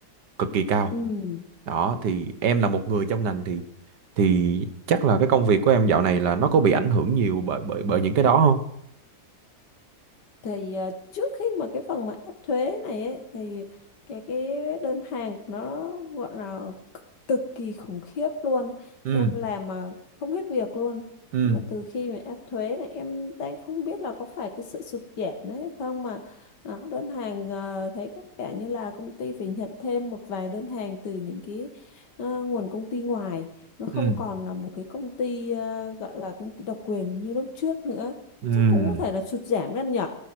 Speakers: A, on the right; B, on the left.
A: cực kỳ cao.
B: ừ
A: Đó thì em là một người trong ngành thì thì chắc là cái công việc của em dạo này là nó có bị ảnh hưởng nhiều bởi bởi bởi những cái đó không?
B: thì ờ, trước khi mà cái phần mà áp thuế này ấy, thì cái cái đơn hàng nó gọi là c- cực kỳ khủng khiếp luôn
A: ừ
B: em làm mà không hết việc luôn
A: ừ
B: Nhưng mà từ khi mà áp thuế này em đang không biết là có phải cái sự sụt giảm đấy hay không mà ờ, đơn hàng ờ, thấy có vẻ như là công ty phải nhận thêm một vài đơn hàng từ những cái ờ, nguồn công ty ngoài nó không
A: ừ
B: còn là một cái công ty ờ, gọi là công ty độc quyền như lúc trước nữa
A: ừ
B: chắc cũng có thể là sụt giảm lên nhỉ